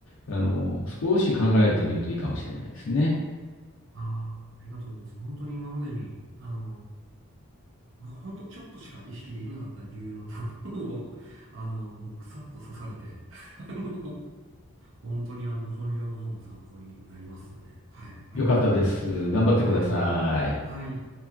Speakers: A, on the left (about 65°); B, on the right (about 60°).
A: あの少し考えてみるといいかもしれないですね。
B: ああ、ありがとうございます。本当に今までに、あの、もう本当ちょっとしか意識できなかった理由のところを、あの、もうぐさっと刺されて、<laughs> あの、本当にあの、本業の方の参考になりますね。はい。ありがとうございます。
A: よかったです。頑張ってください。
B: はい。はい。